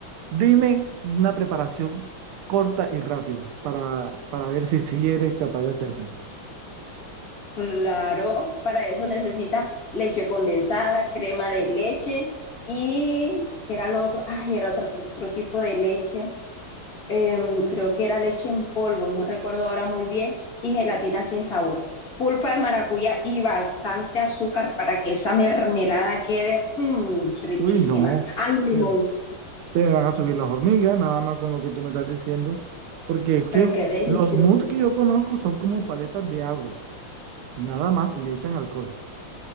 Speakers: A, on the right; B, on the left.
A: Dime una preparación corta y rápida para, para ver si sí eres capaz de hacerlo.
B: claro, para eso necesitas leche condensada, crema de leche y, ¿qué era lo otro? Ay, era otro, otro tipo de leche. em, creo que era leche en polvo, no recuerdo ahora muy bien, y gelatina sin sabor, pulpa de maracuyá y bastante azúcar para que esa mermelada quede mm, riquísima.
A: Uy, no,
B: Ay, limón,
A: eh, se me van a subir las hormigas, nada más con lo que tú me estás diciendo, porque es que
B: pero queda delicioso.
A: los mods que yo conozco son como paletas de agua, nada más y le echan alcohol.